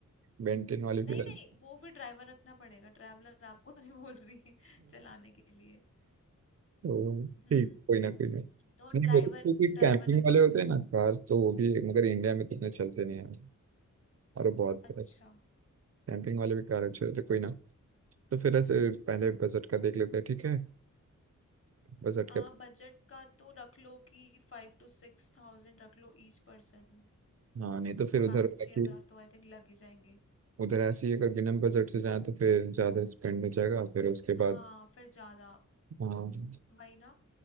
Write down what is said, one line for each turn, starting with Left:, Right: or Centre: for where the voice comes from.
Right: बेंटिन वाली
Left: नहीं
Right: भी रहती।
Left: नहीं वो फिर ड्राइवर रखना पड़ेगा ट्रैवलर आपको <laughs> नहीं बोल रही <laughs> चलाने के लिए
Right: तो
Left: हम्म
Right: ठीक कोई ना कोई ना
Left: तो
Right: नहीं
Left: ड्राइवर
Right: वो तो क्योंकि
Left: ड्राइवर
Right: कैंपिंग
Left: रख
Right: वाले
Left: लेते
Right: होते
Left: हैं
Right: हैं ना कार तो वो भी मगर इंडिया में तो इतने चलते नहीं हैं और वो बहुत
Left: अच्छा
Right: कैंपिंग वाले भी कार अच्छे होते हैं। कोई ना तो फिर ऐसे पहले बजट का देख लेते हैं ठीक है बजट का
Left: आ बजट का तो रख लो कि फाइव टू सिक्स थाउजेंड रख लो ईच पर्सन
Right: हाँ नहीं तो फिर उधर
Left: पाँच से
Right: है
Left: छह
Right: कि
Left: हजार तो आई थिंक लग ही जाएंगे
Right: उधर ऐसे ही अगर बिना बजट से जाए तो फिर ज़्यादा स्पेंड हो जाएगा फिर उसके
Left: हाँ
Right: बाद
Left: फिर ज्यादा
Right: हाँ
Left: वही ना